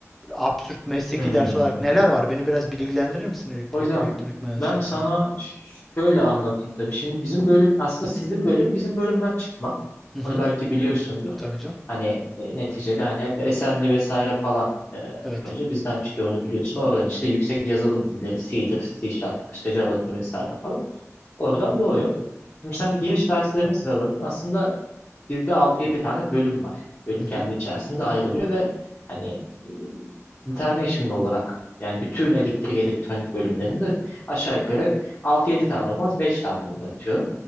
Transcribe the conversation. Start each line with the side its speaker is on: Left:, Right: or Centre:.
Centre: absürt mesleki
Left: Hmm.
Centre: ders olarak neler var? Beni biraz bilgilendirir misin elektrik
Left: Hocam
Centre: elektronik mühendisliği
Left: ben sana
Centre: hakkında?
Left: ş- şöyle anlatayım tabii. Şimdi bizim bölüm aslında sizin bölüm bizim bölümden çıkma.
Centre: Hı hı,
Left: Onu belki biliyorsundur.
Centre: tabii canım.
Left: Hani e, neticede hani hatta Assembly vesaire falan e,
Centre: Evet.
Left: ilk önce bizden çıkıyor onu biliyorsun. Oradan işte yüksek yazılım dilleri C'dir, C Sharp'tır, işte Java'dır vesaire falan. Oradan doğuyor. Şimdi sen de giriş derslerini sıraladın. Aslında Bizde altı yedi tane bölüm var. Bölüm
Centre: Hı
Left: kendi
Centre: hı,
Left: içerisinde ayrılıyor ve hani e, international olarak yani bütün elektrik elektronik bölümlerinde aşağı yukarı altı yedi tane olmaz 5 tane olur atıyorum